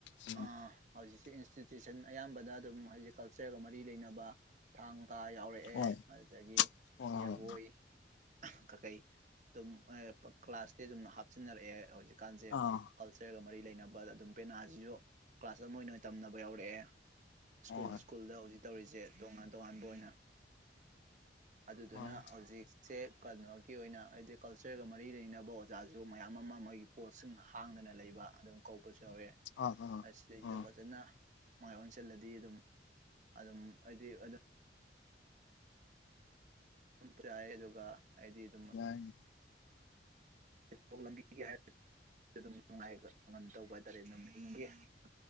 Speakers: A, on the left; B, on the right.
A: ꯎꯝ
B: ꯑꯥ ꯍꯧꯖꯤꯛꯁꯦ ꯏꯟꯁꯇꯤꯇ꯭ꯌꯨꯁꯟ ꯑꯌꯥꯝꯕꯗ ꯑꯗꯨꯝ ꯍꯧꯖꯤꯛ ꯀꯜꯆꯔꯒ ꯃꯔꯤ ꯂꯩꯅꯕ ꯊꯥꯡ ꯇꯥ ꯌꯥꯎꯔꯛꯑꯦ
A: ꯍꯣꯏ
B: ꯑꯗꯨꯗꯒꯤ
A: ꯍꯣꯏ
B: ꯖꯒꯣꯏ
A: ꯍꯣꯏ
B: ꯀꯀꯩ ꯑꯗꯨꯝ ꯀ꯭ꯂꯥꯁꯇꯤ ꯑꯗꯨꯝ ꯍꯥꯞꯆꯤꯟꯅꯔꯛꯑꯦ ꯍꯧꯖꯤꯛ ꯀꯥꯟꯁꯦ
A: ꯑꯥ
B: ꯀꯜꯆꯔꯒ ꯃꯔꯤ ꯂꯩꯅꯕꯗ ꯑꯗꯨꯝ ꯄꯦꯅꯥꯁꯤꯁꯨ ꯀ꯭ꯂꯥꯁ ꯑꯃ ꯑꯣꯏꯅ ꯇꯝꯅꯕ ꯌꯥꯎꯔꯛꯑꯦ ꯁ꯭ꯀꯨꯜ
A: ꯍꯣꯏ
B: ꯁ꯭ꯀꯨꯜꯗ ꯍꯧꯖꯤꯛ ꯇꯧꯔꯤꯁꯦ ꯇꯣꯉꯥꯟ ꯇꯣꯉꯥꯟꯕ ꯑꯣꯏꯅ ꯑꯗꯨꯗꯨꯅ
A: ꯃꯥꯅꯤ
B: ꯍꯧꯖꯤꯛ ꯁꯦ ꯀꯩꯅꯣꯒꯤ ꯑꯣꯏꯅ ꯍꯥꯏꯗꯤ ꯀꯜꯆꯔꯒ ꯃꯔꯤ ꯂꯩꯅꯕ ꯑꯣꯖꯥꯁꯨ ꯃꯌꯥꯝ ꯑꯃ ꯃꯣꯏ ꯄꯣꯠꯁꯤꯡ ꯍꯥꯡꯗꯅ ꯂꯩꯕ ꯑꯗꯨꯝ ꯀꯧꯕꯁꯨ ꯌꯥꯎꯋꯦ
A: ꯑꯥ ꯑꯥ
B: ꯁꯤꯗꯩꯁꯤꯗ
A: ꯑꯥ
B: ꯐꯖꯅ ꯃꯥꯏ ꯑꯣꯟꯁꯤꯜꯂꯗꯤ ꯑꯗꯨꯝ ꯑꯗꯨꯝ ꯍꯥꯏꯗꯤ ꯑꯗꯨꯝ ꯑꯗꯨꯝ ꯆꯥꯏ ꯑꯗꯨꯒ ꯍꯥꯏꯗꯤ ꯑꯗꯨꯝ
A: ꯇꯥꯏ
B: ꯁꯊꯣꯛ ꯂꯝꯕꯤꯒꯤ ꯍꯥꯏꯔ ꯑꯗꯨꯝ ꯅꯨꯡꯉꯥꯏ ꯇꯧꯕ ꯍꯥꯏꯇꯥꯔꯦ ꯑꯗꯨꯝ ꯍꯤꯡꯕꯌꯥꯏ